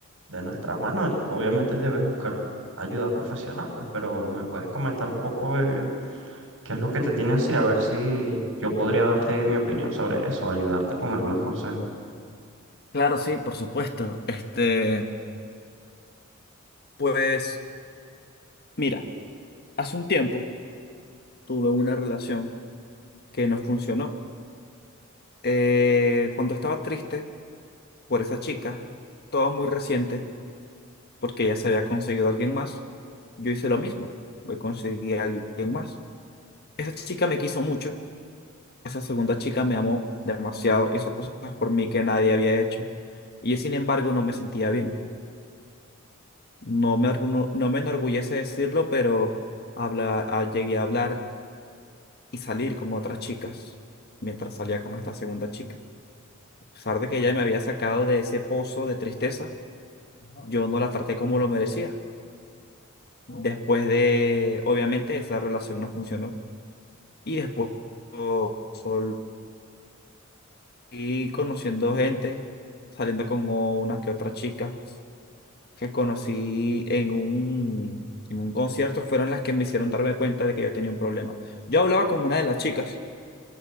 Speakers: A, on the right; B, on the left.
A: de nuestra mano, obviamente debes buscar ayuda profesional, pues, pero me puedes comentar un poco ¿Qué es lo que te tiene así? A ver si yo podría darte mi opinión sobre eso, ayudarte con algunos consejos.
B: Claro, sí, por supuesto. Este, Pues mira, hace un tiempo tuve una relación que no funcionó. Eh, cuando estaba triste por esa chica, todo muy reciente. porque ya se había conseguido alguien más. Yo hice lo mismo, voy conseguí a alguien más. Esa chica me quiso mucho, esa segunda chica me amó demasiado, hizo cosas por mí que nadie había hecho. Y yo, sin embargo, no me sentía bien. No me, orgu- no me enorgullece decirlo, pero habla, a- llegué a hablar y salir con otras chicas mientras salía con esta segunda chica. A pesar de que ella me había sacado de ese pozo de tristeza, Ajá. yo no la traté como lo merecía. Después de, obviamente, esa relación no funcionó. Y después, yo solo y conociendo gente, saliendo con unas que otras chicas que conocí en un, en un concierto, fueron las que me hicieron darme cuenta de que yo tenía un problema. Yo hablaba con una de las chicas